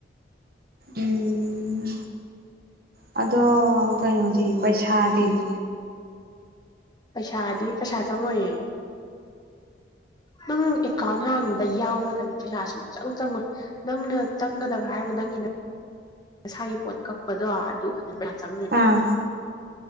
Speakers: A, on the right; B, on the left.
A: ꯎꯝ ꯑꯗꯣ ꯀꯩꯅꯣꯖꯤ ꯄꯩꯁꯥꯕꯤꯗꯤ
B: ꯄꯩꯁꯥꯗꯤ ꯄꯩꯁꯥ ꯆꯪꯉꯣꯏꯌꯦ ꯅꯪ ꯑꯦꯀꯥꯎꯟ ꯍꯥꯡꯕꯗ ꯌꯥꯎꯕ ꯃꯇꯝꯗ ꯄꯩꯁꯥ ꯁꯨꯡꯆꯪ ꯆꯪꯉꯣꯏ ꯅꯪꯅ ꯆꯪꯒꯗꯕ ꯍꯥꯏꯕꯨ ꯅꯪꯒꯤꯅ ꯅꯁꯥꯒꯤ ꯄꯣꯠ ꯀꯛꯄꯗꯣ ꯑꯗꯨ ꯆ
A: ꯑꯥ